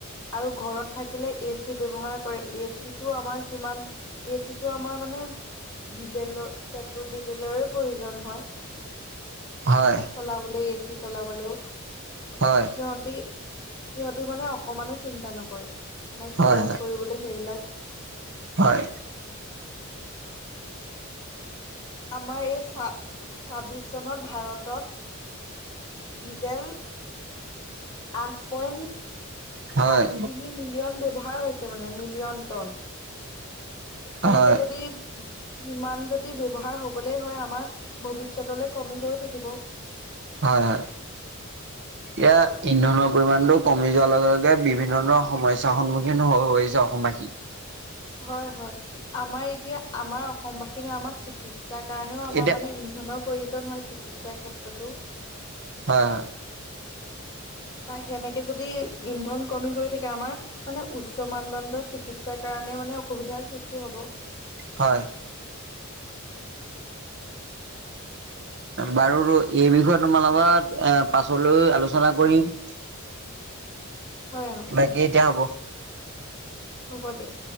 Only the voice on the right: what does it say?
হয়
হয়
হয়
হয়।
হয়
হয়
হয়
হয়-হয়, এয়া ইন্ধনৰ পৰিমাণটো কমি যোৱাৰ লগে- লগে বিভিন্ন ধৰণৰ সমস্যাৰ সন্মুখীন হৈছে অসমবাসী।
এতিয়া
হয়।
হয়। বাৰু এই বিষয়ে তোমাৰ লগত এ পাছলৈও আলোচনা কৰিম।
বাকী এতিয়া হ'ব।